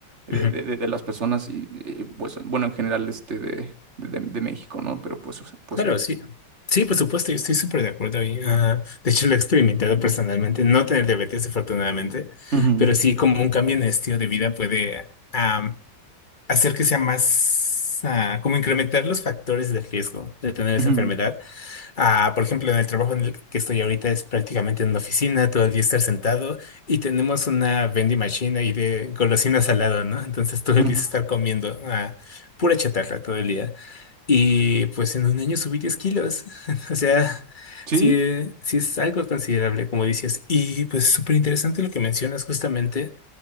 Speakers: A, on the right; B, on the left.
A: de,
B: Ujú.
A: de- de- de las personas y eh, pues bueno, en general este de, de, de- de México, ¿no? Pero pues, o sea, pues
B: Claro,
A: sí.
B: sí. Sí, por supuesto, yo estoy súper de acuerdo ahí. Ah, de hecho, lo he experimentado personalmente, no tener diabetes, afortunadamente,
A: Ujú,
B: pero sí como un cambio en el estilo de vida puede am, hacer que sea más, ah, como incrementar los factores de riesgo de tener esa
A: ujú,
B: enfermedad. Ah, por ejemplo, en el trabajo en el que estoy ahorita es prácticamente en una oficina, todo el día estar sentado y tenemos una vending machine ahí de golosinas al lado, ¿no? Entonces todo
A: ujú.
B: el día es estar comiendo ah, pura chatarra todo el día. Y pues en un año subí 10 kilos. <laughs> O sea,
A: Sí,
B: sí, eh, sí es algo considerable, como dices. Y pues súper interesante lo que mencionas justamente,